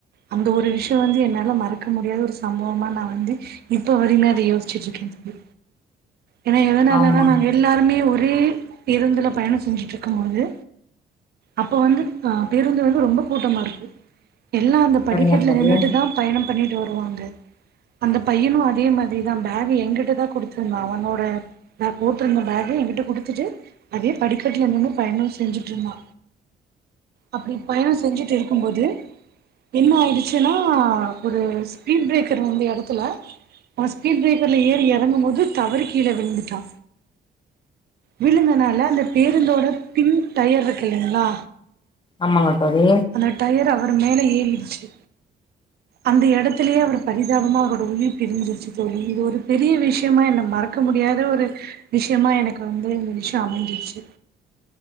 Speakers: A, on the right; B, on the left.
A: அந்த ஒரு விஷயோ வந்து என்னால மறக்க முடியாது ஒரு சம்பவமா நா வந்து இப்ப வரிமே அத யோஸ்ச்சிட்டுருக்கே தோழி ஏனா எதனாலனா
B: ஆமா
A: நாங்க எல்லாருமே ஒரே பேருந்துல பயணொ செஞ்சிட்டுருக்கும்மோது அப்போ வந்து அ பேருந்து வந்து ரொம்போ கூட்டமாருக்கு எல்லா அந்த படிக்கெட்ல
B: சரிங்க தோழி
A: நின்னுட்டு தா பயணம் பண்ணிட்டு வருவாங்க அந்த பையனு அதே மாத்ரிதா பேகு என்கிட்டதா குடுத்திருந்தா அ அவனோட பே போட்டுருந்த பேகு எங்கிட்ட குடுத்துட்டு அதே படிக்கட்ல நின்னு பயணம் செஞ்சுட்ருந்தா அப்படி பயணொ செஞ்சிட்டு இருக்கும்போது என்ன ஆயிடுச்சுன்னா ஒரு ஸ்பீட் ப்ரேக்கர் வந்த எடத்துல ஃபர்ஸ்ட் ஸ்பீட் பிரேக்கர்ல ஏறி எறங்கு போது தவறி கீழ விழுந்துட்டா விழுந்துனால அந்த பேருந்தோட பின் டயர் இருக்குல்லைங்ளா
B: ஆமாங்க தோழி
A: அந்த டயர் அவர் மேலே ஏரிருச்சு அந்த இடத்துலயே அவர் பரிதாபமா அவர் உயிர் பிரிஞ்சிருச்சு தோழி இது ஒரு பெரிய விஷயமா என்ன மறக் க்க முடியாத ஒரு விஷயமா எனக்கு வந்து இந்த விஷயோ அமஞ்சிருச்சு